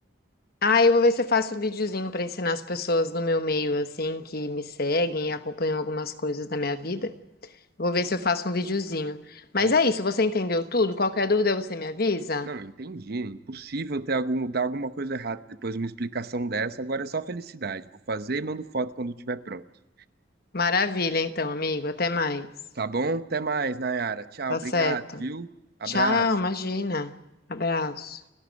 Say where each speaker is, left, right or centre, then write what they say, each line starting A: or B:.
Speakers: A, on the left (about 50°); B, on the right (about 55°).
A: Ah, eu vou ver se eu faço um videozinho pra ensinar as pessoas do meu meio, assim, que me seguem e acompanham algumas coisas da minha vida. Vou ver se eu faço um videozinho. Mas
B: Faz.
A: é isso, você entendeu tudo? Qualquer dúvida você me avisa?
B: Não, entendi. é Impossível ter algum, dar alguma coisa errada depois de uma explicação dessa. Agora é só felicidade. Vou fazer e mando foto quando estiver pronto.
A: Maravilha, então, amigo. Até mais.
B: Tá bom? Até mais, Nayara. Tchau,
A: Tá
B: obrigado,
A: certo.
B: viu? Abraço.
A: Tchau, imagina. Abraço.